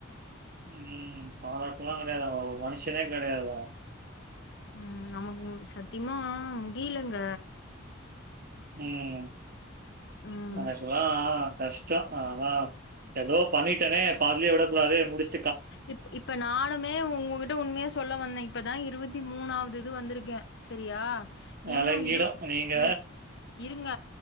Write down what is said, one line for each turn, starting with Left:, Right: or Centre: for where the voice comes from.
Right: உம் பாராட்ட எல்லாம் கிடையாதா பங்ஷனே கிடையாதா
Left: உம் நமக்கு சத்தியமா முடியலங்க
Right: உம்
Left: ம்
Right: உனக்கெல்லாம் கஷ்டம் ஆனா ஏதோ பண்ணிட்டேனே பாதிலேயே விடக்கல அதே முடிச்சு
Left: இப்ப இப்ப நானுமே உங்ககிட்ட உண்மையா சொல்ல வந்தேன் இப்பதான் இருபத்தி மூணாவது இது வந்திருக்கேன் சரியா இன்னு
Right: அலங்கிடும்.
Left: இரு
Right: நீங்க
Left: இ இருங்க